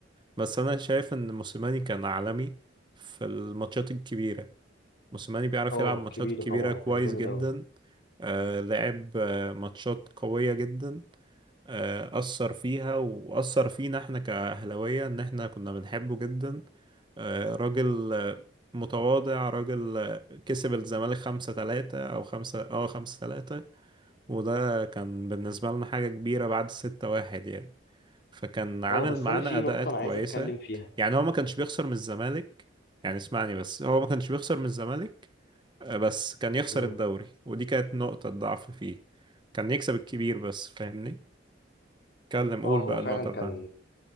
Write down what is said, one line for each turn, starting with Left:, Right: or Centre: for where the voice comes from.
Right: بس أنا شايف إن موسيماني كان عالمي في الماتشات الكبيرة موسيماني بيعرف
Left: اه
Right: يلعب ماتشات
Left: كبيره
Right: كبيرة
Left: طبعا
Right: كويس
Left: كان جامد
Right: جدا
Left: قوي
Right: آه، لعب آه، ماتشات قوية جدا آه، أثر فيها وأثر فينا احنا كأهلاوية إن احنا كنا بنحبه جدا آه، راجل آه، متواضع راجل آه، كسب الزمالك خمسة تلاتة أو خمسة اه خمسة تلاتة وده كان بالنسبة لنا حاجة كبيرة بعد ستة واحد يعني فكان عامل
Left: اه بس
Right: معانا
Left: انا في
Right: أداءات
Left: نقطه انا
Right: كويسة
Left: عايز اتكلم فيها
Right: يعني هو ما كانش بيخسر من الزمالك يعني اسمعني بس هو ما كانش بيخسر من الزمالك آه، بس كان يخسر
Left: امم
Right: الدوري ودي كانت نقطة ضعف فيه كان يكسب الكبير بس فاهمني اتكلم
Left: اه
Right: قول بقى
Left: هو فعلا
Right: النقطة بتاعتي
Left: كان